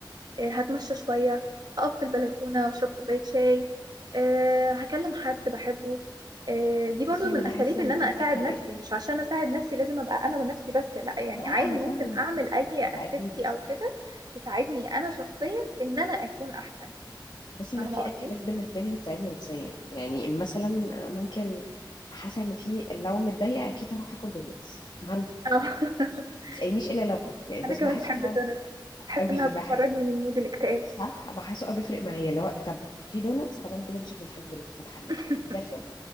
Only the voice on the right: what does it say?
آه، هتمشى شوية هقف في البلكونة واشرب كوباية شاي آه، هكلم حد بحبه آه، دي برضو
من
أساليب
إن أنا
أساعد
نفسي مش عشان أساعد نفسي لازم أبقى أنا ونفسي بس لا يعني
عادي
ممكن أعمل أي أكتيفيتي
أو كده تساعدني أنا شخصيا في إن أنا أكون أحسن
فاهمة
قصدي؟
اه
<laughs>
أنا كمان
بحب
الدونتس بحس
إنها بتخرجني
من مود الاكتئاب
<laughs>